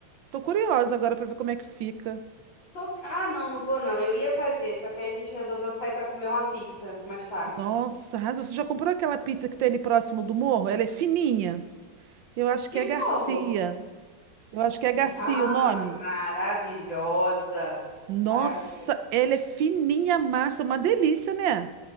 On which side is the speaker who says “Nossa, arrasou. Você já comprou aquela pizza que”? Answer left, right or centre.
Right